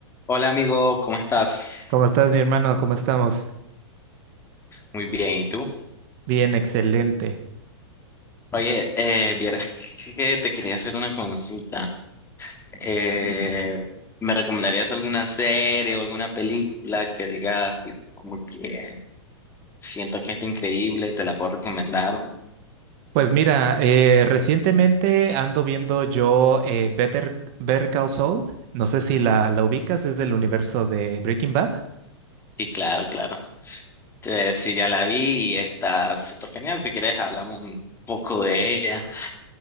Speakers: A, on the left; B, on the right.
A: Hola amigo, ¿cómo estás?
B: ¿Cómo estás, mi hermano? ¿Cómo estamos?
A: Muy bien, ¿y tú?
B: Bien, excelente.
A: Oye, eh, vieras que te quería hacer una consulta. Eh, ¿me recomendarías alguna serie o alguna película que digas tipo, como que siento que está increíble, te la puedo recomendar?
B: Pues mira, eh, recientemente ando viendo yo eh, Better, Better Call Saul. No sé si la, la ubicas, es del universo de Breaking Bad.
A: Sí, claro, claro. Eh, sí, ya la vi y está súper genial. Si quieres, hablamos un poco de ella.